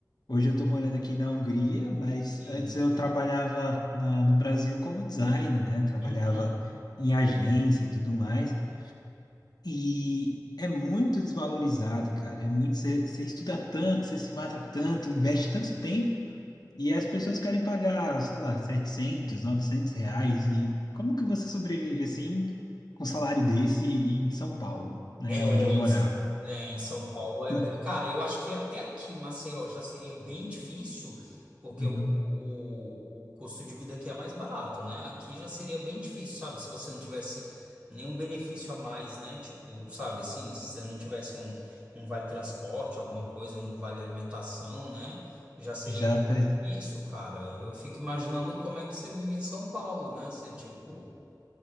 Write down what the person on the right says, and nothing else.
sim.
Uhum.
É,
É, em São Paulo é,
be- cara, eu acho que até aqui em Maceió já seria bem difícil, porque
o, o, o custo de vida aqui é mais barato, né? Aqui já seria bem difícil, sabe? Se você não tivesse nenhum benefício a mais, né? Tipo, sabe assim, se você não tivesse um, um vale transporte, alguma coisa, um vale alimentação, né? Já seria
um
difícil, cara. Eu fico imaginando como é que você vive em São Paulo, né? Você, tipo,